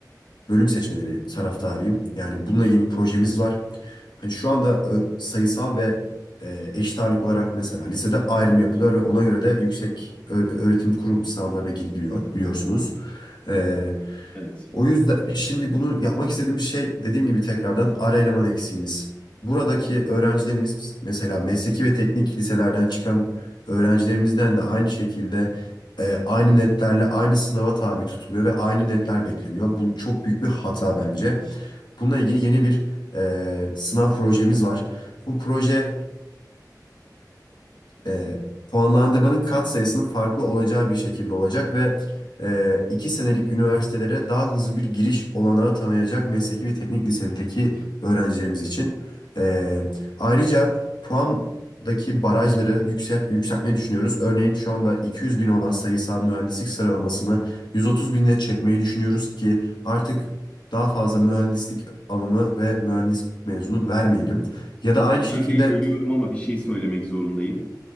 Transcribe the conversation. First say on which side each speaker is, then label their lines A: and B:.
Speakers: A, on the left; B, on the left.
A: bölüm seçmeleri taraftarıyım. Yani bununla ilgili bir projemiz var. Hani şu anda e, sayısal ve e, eşit ağırlık olarak mesela lisede ayrım yapılıyor ve ona göre de yüksek ö- öğretim kurum sınavlarına gidiliyor biliyorsunuz. E,
B: Evet.
A: o yüzden şimdi bunu yapmak istediğimiz şey dediğim gibi tekrardan ara eleman eksiğimiz. Buradaki öğrencilerimiz mesela mesleki ve teknik liselerden çıkan öğrencilerimizden de aynı şekilde e, aynı netlerle aynı sınava tabi tutuluyor ve aynı netler bekleniyor. Bu çok büyük bir hata bence. Bununla ilgili yeni bir e, sınav projemiz var. Bu proje e, puanlandırmanın kat sayısının farklı olacağı bir şekilde olacak ve e, iki senelik üniversitelere daha hızlı bir giriş olanağı tanıyacak mesleki ve teknik lisedeki öğrencilerimiz için. E, ayrıca puandaki barajları yüksel, yükseltmeyi düşünüyoruz. Örneğin şu anda 200 bin olan sayısal mühendislik sıralamasını 130 bine çekmeyi düşünüyoruz ki artık daha fazla mühendislik alımı ve mühendis mezunu vermeyelim. Ya da aynı
B: Ömer
A: şekilde
B: Bey bölüyorum ama bir şey söylemek zorundayım.